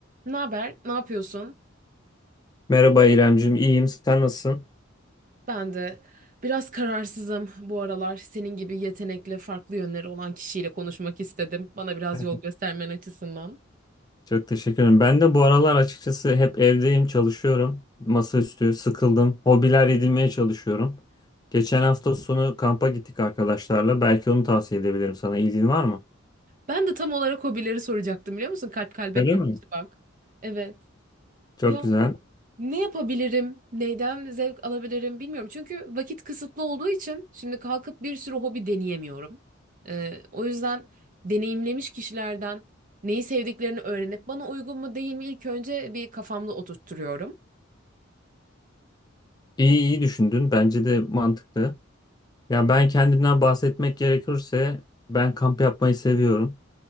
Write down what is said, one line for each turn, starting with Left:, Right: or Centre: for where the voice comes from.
Right: Ne haber? Ne yapıyorsun?
Left: Merhaba İremcim, iyiyim. Sen nasılsın?
Right: Ben de biraz kararsızım bu aralar. Senin gibi yetenekli, farklı yönleri olan kişiyle konuşmak istedim. Bana biraz
Left: <laughs>
Right: yol göstermen açısından.
Left: Çok teşekkür ederim. Ben de bu aralar açıkçası hep evdeyim, çalışıyorum. Masaüstü, sıkıldım. Hobiler edinmeye çalışıyorum. Geçen hafta sonu kampa gittik arkadaşlarla. Belki onu tavsiye edebilirim sana. İlgin var mı?
Right: Ben de tam olarak hobileri soracaktım biliyor musun? Kalp kalbe
Left: Öyle
Right: karşı
Left: mi?
Right: bak. Evet.
Left: Çok
Right: Ya
Left: güzel.
Right: Ne yapabilirim? Neyden zevk alabilirim bilmiyorum. Çünkü vakit kısıtlı olduğu için şimdi kalkıp bir sürü hobi deneyemiyorum. Ee, o yüzden deneyimlemiş kişilerden neyi sevdiklerini öğrenip bana uygun mu değil mi ilk önce bir kafamda oturtturuyorum.
Left: İyi iyi düşündün. Bence de mantıklı. Ya ben kendimden bahsetmek gerekirse ben kamp yapmayı seviyorum.